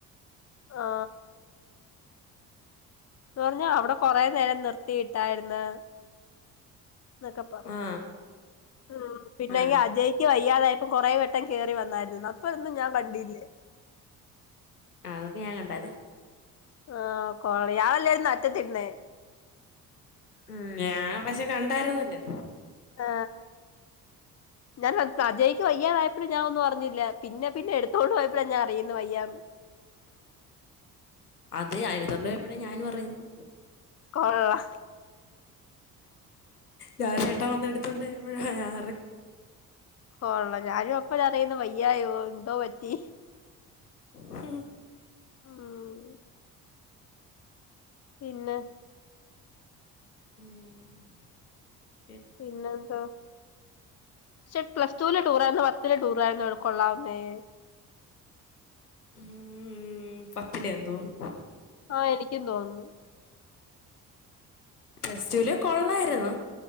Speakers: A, on the left; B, on the left.
A: ആ എന്ന് പറഞ്ഞാ അവിടെ കൊറെ നേരം നിർത്തിയിട്ടായിരിന്ന് നെക്കെ പറഞ്ഞ്
B: ആ
A: മ് പിന്നെ
B: ആ
A: ഇ അജയ്ക്ക് വയ്യാതായി ഇപ്പം കൊറെേ വെട്ടം കേയറി വന്നായിരുന്നു അപ്പൊന്നും ഞാൻ കണ്ടില്ലേ
B: അ അതൊക്കെ ഞാൻ കണ്ടായിരുന്നു
A: ആ കോളി ആളല്ലേയിരുന്നു അറ്റത്തിരുന്നേ
B: മ്മ് ഞാൻ പക്ഷെ കണ്ടായിരുന്നല്ലോ
A: ആ ഞാൻ സജയ്ക്ക് വയ്യാതായപ്പൊളും ഞാൻ ഒന്നും അറിഞ്ഞില്ല പിന്നെ പിന്നെ എടുത്തോണ്ട് പോയപ്പൊളാ ഞാൻ അറിണേ വയ്യാന്ന്
B: അതെ <unintelligible> പോയപ്പോഴാണ് ഞാനും അറിയ്ന്ന്
A: കൊള്ളാം
B: ഞാൻ ചേട്ടൻ വന്നെട്ത്തുണ്ടോയപ്പയാ
A: കൊള്ള ഞാനും അപ്പഴാ അറിയ്ന്ന് വയ്യായോ എന്തോ പറ്റി
B: ഹ് ഹ്
A: ഉം പിന്നെ
B: മ്മ്
A: പിന്നെന്തോ ക്ഷെ പ്ലസ്ടൂലെ ടൂറായ്ര്ന്നോ പത്തിലെ ടൂറായിരുന്നോ കൊള്ളാവുന്നേ
B: മ്മ് പത്തിേലെയെന്ന് തോന്നു
A: ആ എനിക്കും തോന്നുന്നു
B: പ്ലസ്ടൂല് കൊള്ളായ്ര്ന്നു